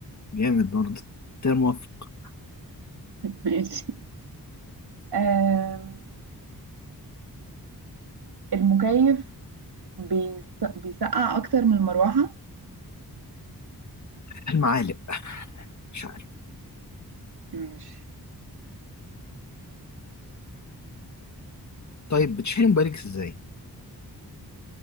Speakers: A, on the left; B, on the right.
A: جامد برضه اختيار موفق
B: ماشي آه... المكيف بيس... بيسقع أكتر من المروحة
A: المعالق مش عارف
B: ماشي
A: طيب بتشحني موبايلك ازاي